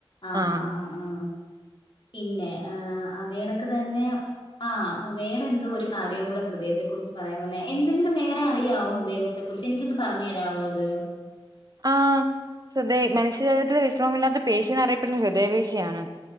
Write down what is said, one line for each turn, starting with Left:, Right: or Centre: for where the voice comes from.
Left: ആ
Right: ആഹ്
Left: ആ ആആ പിന്നെ അതേണക്ക് തന്നെ ആ വേറെ എന്തോ ഒരു കാര്യവും കൂടെ ഹൃദയത്തെ കുറിച്ച് പറയാൻ വന്നേ എന്തെങ്കിലും വേറെ അറിയാവോ ഹൃദയ യത്തെ കുറിച്ച് എനിക്കൊന്ന് പറഞ്ഞു തരാമോ അത്.
Right: ആ ഹൃദയ മനുഷ്യ ശരീരത്തിൽ വിശ്രമമില്ലാത്ത പേശിന്ന് അറിയപ്പെടുന്നത് ഹൃദയ പേശിയാണ്.